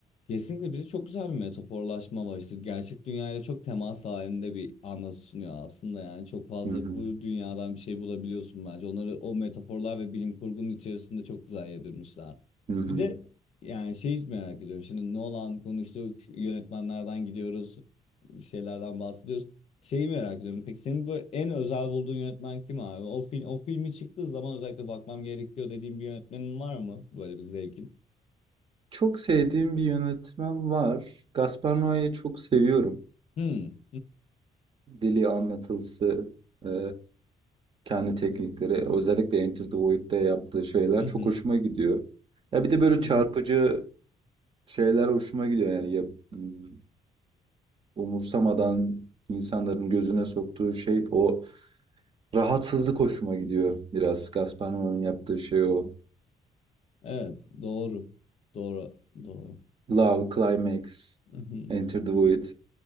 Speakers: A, on the left; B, on the right.
A: Kesinlikle bize çok güzel bir metaforlaşma var işte gerçek dünyayla çok temas halinde bir anlatı sunuyor aslında yani çok fazla
B: Hı hı.
A: bu dünyadan bir şey bulabiliyorsun bence onları o metaforlar ve bilim kurgunun içerisinde çok güzel yedirmişler.
B: Hı hı.
A: Bir de yani şey merak ediyorum şimdi Nolan konuştuk yönetmenlerden gidiyoruz şeylerden bahsediyoruz şeyi merak ediyorum peki senin bu en özel bulduğun yönetmen kim abi o film o filmi çıktığı zaman özellikle bakmam gerekiyor dediğin bir yönetmenin var mı böyle bir zevkin?
B: Çok sevdiğim bir yönetmen var. Gaspar Noé'yi çok seviyorum.
A: Hmm.
B: Dili, anlatılısı, e, kendi teknikleri, özellikle Enter the Void'de yaptığı şeyler
A: <laughs>
B: çok hoşuma gidiyor. Ya bir de böyle
A: Hı
B: çarpıcı
A: hı.
B: şeyler hoşuma gidiyor. Yani yap- m, umursamadan insanların gözüne soktuğu şey o rahatsızlık hoşuma gidiyor biraz. Gaspar Noé'nin yaptığı şey o.
A: Evet, doğru. Doğru, doğru.
B: Love, Climax,
A: Hı hı.
B: Enter the Void.